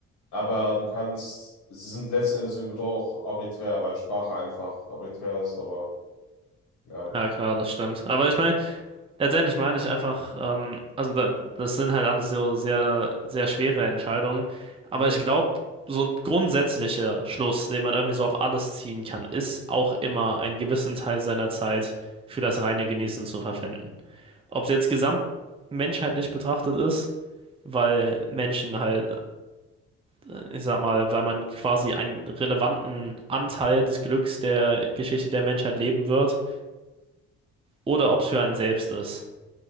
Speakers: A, on the left; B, on the right.
A: aber du kannst, sie sind letzten Endes irgendwie doch arbiträr, weil Sprache einfach arbiträr ist, aber ja.
B: ja klar, das stimmt. Aber ich meine, Letztendlich meine ich einfach, ähm, also da, das sind halt alles so sehr, sehr schwere Entscheidungen. Aber
A: Mhm.
B: ich glaube, so ein grundsätzlicher Schluss, den man irgendwie so auf alles ziehen kann, ist auch immer einen gewissen Teil seiner Zeit für das reine Genießen zu verwenden. Ob es jetzt gesamtmenschheitlich betrachtet ist, weil Menschen halt, äh, ich sag mal, weil man quasi einen relevanten Anteil des Glücks der Geschichte der Menschheit leben wird, oder ob es für einen selbst ist.